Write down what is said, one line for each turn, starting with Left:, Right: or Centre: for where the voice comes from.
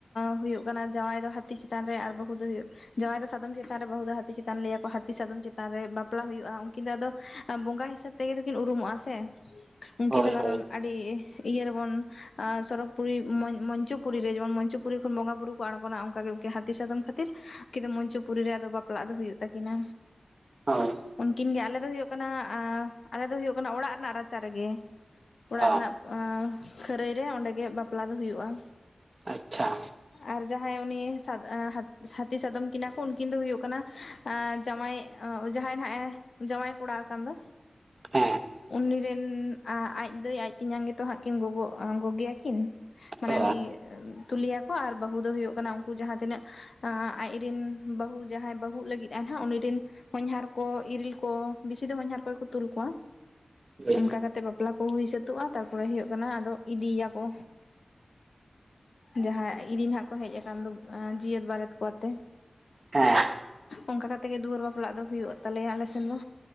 Left: ᱦᱩᱭᱩᱜ ᱠᱟᱱᱟ ᱡᱟᱶᱟᱭ ᱫᱚ ᱦᱟᱹᱛᱤ ᱪᱤᱛᱟᱱ ᱨᱮ, ᱟᱨ ᱵᱟᱹᱦᱩ ᱫᱚ ᱦᱩᱭᱩᱜ ᱡᱟᱶᱟᱭ ᱫᱚ ᱥᱟᱫᱚᱢ ᱪᱮᱛᱟᱱ ᱨᱮ ᱵᱟᱹᱦᱩ ᱫᱚ ᱦᱟᱹᱛᱤ ᱪᱤᱛᱟᱱ ᱞᱟᱹᱭᱟᱠᱚ ᱦᱟᱹᱛᱤ ᱥᱟᱫᱚᱢ ᱪᱮᱛᱟᱱ ᱨᱮ ᱵᱟᱯᱞᱟ ᱦᱩᱭᱩᱜᱼᱟ ᱩᱱᱠᱤᱱ ᱫᱚ ᱟᱫᱚ ᱵᱚᱸᱜᱟ ᱦᱤᱥᱟᱹᱵ ᱛᱮᱜᱮ ᱫᱚᱠᱤᱱ ᱩᱨᱩᱢᱚᱜᱼᱟ ᱥᱮ ᱩᱱᱠᱤᱱ
Right: ᱦᱳᱭ
Left: ᱫᱚ ᱠᱟᱨᱚᱱ
Right: ᱦᱳᱭ
Left: ᱟᱹᱰᱤ ᱤᱭᱟᱹ ᱨᱮᱵᱚᱱ ᱥᱚᱨᱚᱜᱽᱯᱩᱨᱤ ᱢᱚᱧᱪᱚᱯᱩᱨᱤ ᱨᱮ ᱡᱮᱢᱚᱱ ᱢᱚᱧᱪᱚᱯᱩᱨᱤ ᱠᱷᱚᱱ ᱵᱚᱸᱜᱟ ᱵᱩᱨᱩ ᱠᱚ ᱟᱬᱜᱚᱱᱟ ᱚᱱᱠᱟᱜᱮ ᱦᱟᱹᱛᱤ ᱥᱟᱫᱚᱢ ᱠᱷᱟᱹᱛᱤᱨ ᱠᱤᱱᱛᱩ ᱢᱚᱧᱪᱚᱯᱩᱨᱤ ᱨᱮ ᱟᱫᱚ ᱵᱟᱯᱞᱟᱜ ᱫᱚ ᱦᱩᱭᱩᱜ ᱛᱟᱹᱠᱤᱱᱟ,
Right: ᱦᱳᱭ
Left: ᱩᱱᱠᱤᱱ ᱜᱮ ᱟᱞᱮ ᱫᱚ ᱦᱩᱭᱩᱜ ᱠᱟᱱᱟ ᱟᱞᱮ ᱫᱚ ᱦᱩᱭᱩᱜ ᱠᱟᱱᱟ ᱚᱲᱟᱜ ᱨᱮᱱᱟᱜ ᱨᱟᱪᱟ ᱨᱮᱜᱮ, ᱚᱲᱟᱜ
Right: ᱚ
Left: ᱨᱮᱱᱟᱜ ᱠᱷᱟᱹᱨᱟᱹᱭ ᱨᱮ ᱚᱸᱰᱮᱜᱮ ᱵᱟᱯᱞᱟ ᱫᱚ ᱦᱩᱭᱩᱜᱼᱟ ᱾
Right: ᱟᱪᱪᱷᱟ ᱾
Left: ᱟᱨ ᱡᱟᱦᱟᱸᱭ ᱩᱱᱤ ᱥᱟᱫ ᱦᱟᱹᱛᱤ ᱥᱟᱫᱚᱢ ᱠᱤᱱᱟ ᱠᱚ ᱩᱱᱠᱤᱱ ᱫᱚ ᱦᱩᱭᱩᱜ ᱠᱟᱱᱟ ᱟᱸ ᱡᱟᱶᱟᱭ ᱡᱟᱦᱟᱸᱭ ᱱᱟᱦᱟᱜ ᱮ ᱡᱟᱶᱟᱭ ᱠᱚᱲᱟ ᱠᱟᱱ ᱫᱚ
Right: ᱦᱮᱸ
Left: ᱩᱱᱤ ᱨᱮᱱ ᱟᱡ ᱫᱟᱹᱭ ᱟᱡ ᱛᱤᱧᱟᱝ ᱜᱮᱛᱚ ᱦᱟᱸᱜ ᱠᱤᱱ ᱜᱚᱜᱚᱜ ᱟᱸ ᱜᱚᱜᱮᱭᱟᱠᱤᱱ ᱢᱟᱱᱮ
Right: ᱚ
Left: ᱩᱱᱤ ᱛᱩᱞᱤᱭᱟᱠᱚ ᱟᱨ ᱵᱟᱹᱦᱩ ᱫᱚ ᱦᱩᱭᱩᱜ ᱠᱟᱱᱟ ᱩᱱᱠᱩ ᱡᱟᱦᱟᱸ ᱛᱤᱱᱟᱹᱜ ᱟᱸ ᱟᱡᱨᱤᱱ ᱵᱟᱹᱦᱩ ᱡᱟᱦᱟᱸᱭ ᱵᱟᱹᱦᱩᱜ ᱞᱟᱹᱜᱤᱫ ᱟᱭ ᱦᱟᱸᱜ ᱩᱱᱤᱨᱤᱱ ᱦᱚᱧᱦᱟᱨ ᱠᱚ ᱤᱨᱤᱞ ᱠᱚ ᱵᱤᱥᱤ ᱫᱚ ᱦᱚᱧᱦᱟᱨ ᱠᱚᱜᱮ ᱠᱚ ᱛᱩᱞ ᱠᱚᱣᱟ,
Right: ᱦᱳᱭ
Left: ᱚᱱᱠᱟ ᱠᱟᱛᱮᱜ ᱵᱟᱯᱞᱟ ᱠᱚ ᱦᱩᱭ ᱥᱟᱹᱛᱳᱜᱼᱟ ᱛᱟᱨᱯᱚᱨᱮ ᱦᱩᱭᱩᱜ ᱠᱟᱱᱟ ᱟᱫᱚ ᱤᱫᱤᱭᱟᱠᱚ, ᱡᱟᱦᱟᱸᱭ ᱤᱫᱤᱧ ᱦᱟᱸᱜ ᱠᱚ ᱦᱮᱡ ᱟᱠᱟᱱ ᱫᱚ ᱡᱤᱭᱟᱹᱛ ᱵᱟᱨᱮᱛ ᱠᱚ ᱟᱛᱮ
Right: ᱦᱮᱸ
Left: ᱚᱱᱠᱟ ᱠᱟᱛᱮ ᱜᱮ ᱫᱩᱣᱟᱹᱨ ᱵᱟᱯᱞᱟᱜ ᱫᱚ ᱦᱩᱭᱩᱜ ᱛᱟᱞᱮᱭᱟ ᱟᱞᱮ ᱥᱮᱱ ᱫᱚ